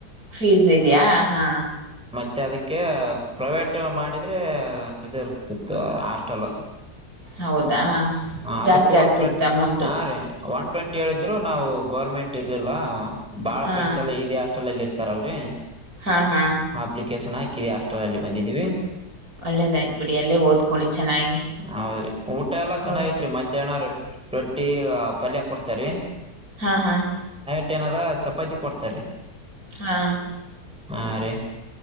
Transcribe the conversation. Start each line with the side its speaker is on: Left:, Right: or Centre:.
Right: ಫೀಸ್ ಇದಯಾ ಹಾ
Centre: ಮತ್ತೆ ಅದಕ್ಕೆ ಪ್ರೈವೇಟ್ ಮಾಡಿದ್ರೆ ಇದು ಇರ್ತಿತ್ತು ಹಾಸ್ಟೆಲ್.
Right: ಹೌದಾ
Centre: ಅದಕ್ಕೂ
Right: ಜಾಸ್ತಿ ಆಗ್ತಿತ್ತು
Centre: ಒನ್ ಟ್ವೆಂಟಿ
Right: ಅಮೌಂಟ್
Centre: ಹಾ ರೀ ಒನ್ ಟ್ವೆಂಟ್ ಹೇಳಿದ್ರು ನಾವು ಗೌರ್ಮೆಂಟ್ ಇರ್ಲಿಲ್ಲ ಬಾಳ
Right: ಹಾ
Centre: ಫೆಂಡ್ಸ್ ಎಲ್ಲದೆಷ್ಟ ಹೋಟಲ್ಲಿ ಇರ್ತಾರಲ್ರರಿ
Right: ಹಾ ಹಾ
Centre: ಹ ಅಪ್ಲಿಕೇಶನ್ ಆಯ್ ಕ ಆಸ್ಷ್ಟ್ರ ಅಲ್ಲಿ ಬಂದಿದ್ದೀವಿ
Right: ಒಳ್ಳೇದಾಯ್ತ್ ಬಿಡಿ ಅಲ್ಲೇ ಓದ್ಕೊಳ್ಳಿ ಚೆನ್ನಾಗಿ
Centre: ಹೌದ್ರಿ ಊಟ ಎಲ್ಲಾ ಚೆನ್ನಾಗೈತ್ರಿ
Right: ಗೌರ್
Centre: ಮಧ್ಯಾಹ್ನ ರೊಟ್ಟಿ ಪ್ರತಿ ಪಲ್ಯ ಕೊಡ್ತಾರೆ
Right: ಹಾ ಹಾ
Centre: ಮಟ್ಟೆನದ ಚಪಾತಿ ಕೊಡ್ತಾರೆ
Right: ಹಾ
Centre: ಹಾ ರಿ